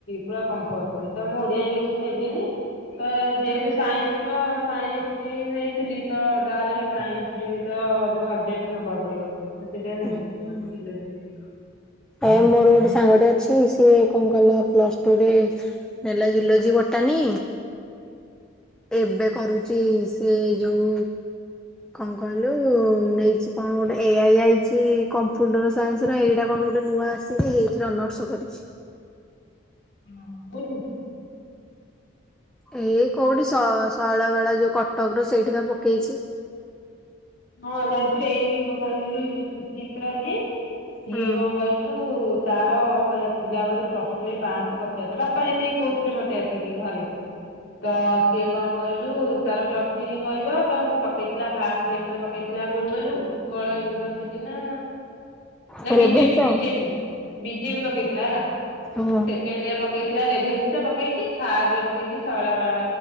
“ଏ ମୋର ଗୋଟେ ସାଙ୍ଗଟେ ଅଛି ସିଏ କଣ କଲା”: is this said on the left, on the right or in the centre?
Centre